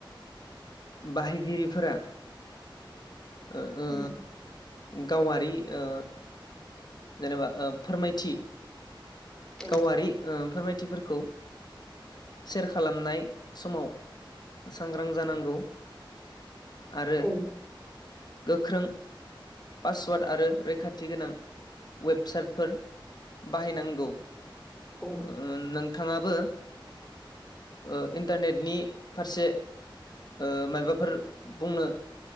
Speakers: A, on the left; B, in the centre.
A: बाहायगिरिफोरा ओ ओ
B: उम
A: गावारि ओ जेनेबा ओ फोरमायथि
B: औ
A: गावारि ओ फोरमायथि थिफोरखौ सेर खालामनाय समाव सांग्रां जानांगौ । आरो
B: औ
A: गोख्रों पासवार्ड आरो रैखाथि गोनां वेबसाइटफोर बाहायनांगौ
B: औ
A: ओ नोंथाङाबो ओ इन्टारनेटनि फारसे ओ मायबाफोर बुंनो